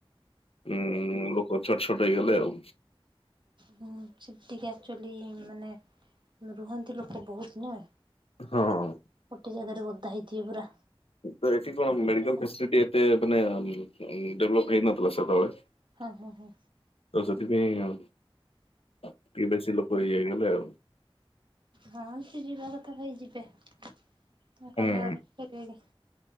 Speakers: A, on the left; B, on the right.
A: ଉୁଁ ଲୋକ ଛଟ୍ ଛଟ୍ ହେଇଗଲେ ଆଉ।
B: ହଁ ସେଠି ଟିକେ ଆକଚୁଆଲି ମାନେ ରୁହନ୍ତି ଲୋକ ବହୁତ ନା।
A: ହଁ।
B: ଗୋଟେ ଜାଗାରେ ଗଦା ହେଇଥିବେ ପୁରା।
A: ତ ଏଠି କଣ
B: କୋଭିଡ
A: ମେଡିକାଲ
B: ଟା ତ
A: ଫେସିଲିଟି ଏତେ ମାନେ ଉଁ ଡେଭଲପ ହେଇନଥିଲା ସେତେବେଳେ ତ
B: ହଁ ହଁ ହଁ
A: ସେଥିପାଇଁ ଟିକେ ବେଶୀ ଲୋକରେ ଇଏ ହେଇଗଲେ ଆଉ।
B: ହଁ ସେ ଯିବା କଥା ଭାଇ ଯିବେ। ତମେ କଁ
A: ହୁଁ
B: ଆମେ ଆଉ ରଖପାରିବା କି?